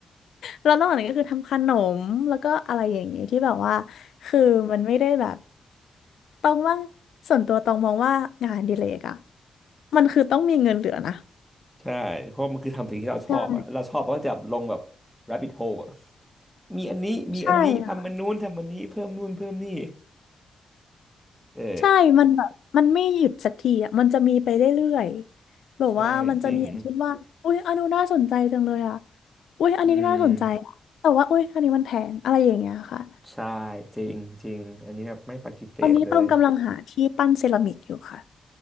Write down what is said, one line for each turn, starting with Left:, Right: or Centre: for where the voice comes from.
Left: แล้วนอกจากนั้นก็คือทำขนมแล้วก็อะไรอย่างเงี้ยที่แบบว่าคือมันไม่ได้แบบตองว่าส่วนตัวตองมองว่างานอดิเลกอะมันคือต้องมีเงินเหลือนะ
Centre: ใช่เพราะมันคือทำสิ่งที่เราชอบอะเราชอบเราก็จะลงแบบ
Left: ใช่
Centre: rabbit hole อะ <laughs> มีอันนี้มีอันนี้ทำอันนู้นทำอันนี้เพิ่มนู่นเพิ่มนี่
Left: ใช่ค่ะ
Centre: เออ
Left: ใช่มันแบบมันไม่หยุดสักทีอ่ะมันจะมีไปเรื่อยๆแบบว่ามันจะมีอย่างเช่นว่าอุ้ยอันนู้นน่าสนใจจังเลยอ่ะ
Centre: ใช่จริง
Left: อุ้ยอันนี้น่าสนใจอะแต่ว่าอุ้ยอันนี้มันแพงอะไรอย่างเงี้ยค่ะ
Centre: อืมใช่จริงจริงอันนี้แบบไม่ปฏิเสธเลย
Left: ตอนนี้ต้องกำลังหาที่ปั้นเซรามิกอยู่ค่ะ